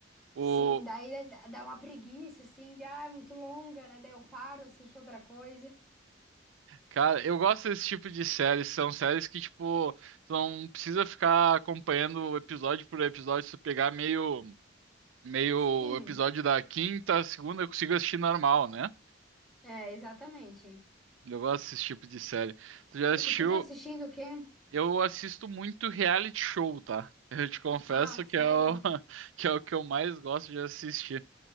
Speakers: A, on the right; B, in the centre.
A: o
B: Sim, daí dá dá uma preguiça, assim, de, ah, é muito longa, né? Daí eu paro, assisto outra coisa.
A: cara, eu gosto desse tipo de séries. São séries que tipo, tu não precisa ficar acompanhando episódio por episódio. Se tu pegar meio, meio
B: Sim,
A: episódio da quinta, segunda, eu consigo assistir normal, né?
B: é, exatamente.
A: Eu gosto desse tipo de série. Tu já assistiu?
B: E tu tá assistindo o quê?
A: Eu assisto muito reality show, tá? Eu te confesso
B: Ah, sério?
A: que é o, <laughs> que é o que eu mais gosto de assistir.